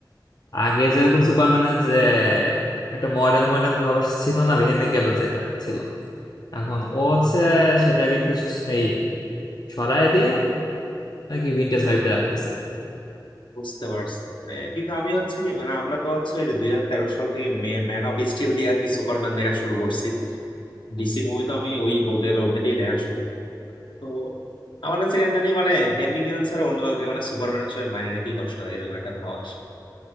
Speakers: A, on the left; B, on the left.
A: আগে যেরকম সুপারম্যানের যে একটা মডার্ন মডার্ন ভাব ছিল না হেনরি ক্যাভিল যেটা ছিল এখন ও হচ্ছে সেটাকে একটু এই সরায় দিয়ে নাকি ভিনটেজ ভাইবটা রাখতেছে
B: বুঝতে পারছি মানে কিন্তু আমি হচ্ছে কি মানে আমরা তো হচ্ছে ওই দুই হাজার তেরো সাল থেকে ম্যান অফ স্টিল দিয়ে আর কি সুপারম্যান দেখা শুরু করছি ডিসি মুভি তো আমি ওই বলতে গেলে ওটা দিয়ে দেখা শুরু তো আমার কাছে কেন জানি মানে হেনরি কেভেল ছাড়া অন্য কাউকে মানে সুপারম্যান হিসেবে মানে নিতেই কষ্ট হয় এরকম একটা ভাব আসে